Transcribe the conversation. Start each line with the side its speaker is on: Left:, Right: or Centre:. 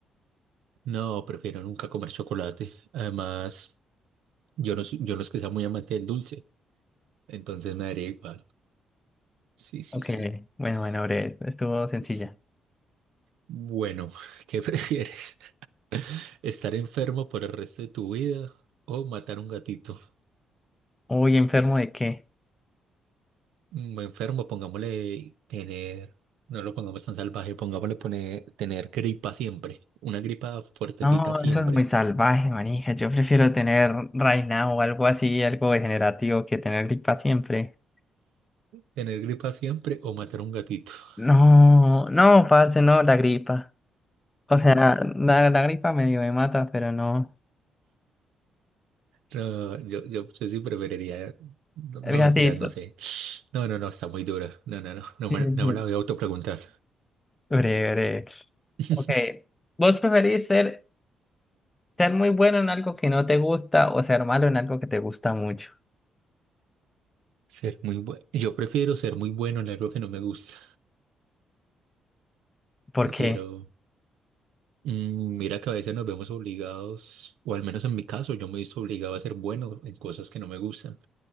Right: No, prefiero nunca comer chocolate. Además, yo no, soy- yo no es que sea muy amante del dulce, entonces me daría igual. Sí, sí,
Left: Ok,
Right: sí.
Left: bueno, bueno, breve,
Right: S-
Left: estuvo sencilla.
Right: s- Bueno, <laughs> ¿qué prefieres? ¿Estar enfermo por el resto de tu vida o matar un gatito?
Left: Uy, ¿enfermo de qué?
Right: mm, enfermo, pongámosle tener, no lo pongamos tan salvaje, pongámosle pone- tener gripa siempre, una gripa fuertecita
Left: No,
Right: siempre,
Left: eso es muy salvaje, manija. Yo prefiero tener reina o algo así, algo degenerativo, que tener gripa siempre.
Right: tener gripa siempre o matar un gatito. <laughs>
Left: No, no, parce, no, la gripa. O sea, la, la gripa medio me mata, pero no.
Right: No, yo, yo, yo sí preferiría, no,
Left: El
Right: no
Left: gatito.
Right: mentiras, no sé. No, no, no, está muy dura. No, no, no, no
Left: Sí,
Right: me,
Left: sí,
Right: no
Left: sí.
Right: me la voy a autopreguntar.
Left: Breve, breve.
Right: <laughs>
Left: Ok. ¿Vos preferís ser, ser muy bueno en algo que no te gusta o ser malo en algo que te gusta mucho?
Right: Ser muy bueno. Yo prefiero ser muy bueno en algo que no me gusta.
Left: ¿Por
Right: Prefiero.
Left: qué?
Right: Mm, Mira que a veces nos vemos obligados, o al menos en mi caso, yo me he visto obligado a ser bueno en cosas que no me gustan.